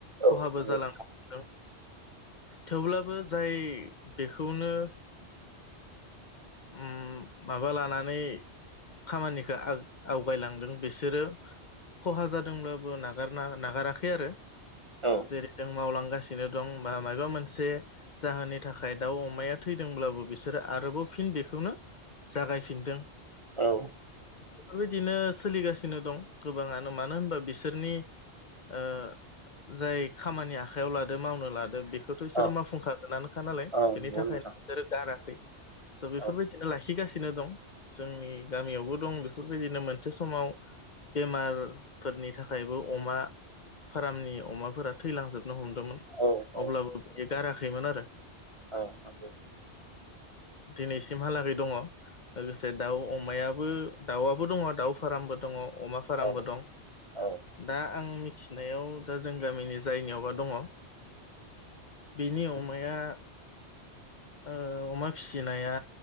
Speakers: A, on the right; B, on the left.
A: औ
B: खहाबो
A: नंगौ
B: जालांनो
A: नोंथां
B: हमदों। थेवब्लाबो जाय बेखौनो उम माबा लानानै खामानिखौ आग- आवगायलांदों बिसोरो खहा जादोंब्लाबो नागारना नागाराखै आरो
A: औ
B: जेरै जों मावलां गासिनो दं बा माबा मोनसे जाहोननि थाखाय दाउ अमाया थैदोंब्लाबो बिसोरो आरोबाव फिन बेखौनो जागायफिनदों।
A: औ
B: बेफोरबायदिनो सोलिगासिनो दं गोबाङानो मानो होनबा बिसोरनि ओ जाय खामानि आखाइायाव लादो मावनो लादो बे बेखौथ' बिसोर
A: औ
B: मावफुंखागोनानोखा नालाय
A: औ
B: बेनि
A: औ नंगौ
B: थाखायनो
A: नोंथां
B: बिसोरो गाराखै। स' बेफोरबायदिनो
A: औ
B: लाखिगासिनो दं जोंनि गामियावबो दं बेफोरबायदिनो मोनसे समाव बेमारफोरनि थाखायबो अमा फार्मनि अमाफोरा थैलांजोब नो हमदोंमोन
A: औ औ
B: अब्लाबो बेयो गाराखैमोन आरो
A: औ नंगौ।
B: दिनैसिमहालाै दङ लोगोसे दाउ अमायाबो दाउआबो दङ दाउ फार्मबो दङ अमा फार्मबो
A: औ
B: दं
A: औ
B: दा आं मिथि मिथिनायाव दा जों गामिनि जायनियावबा दङ बिनि अमाया ओ अमा फिसिनाया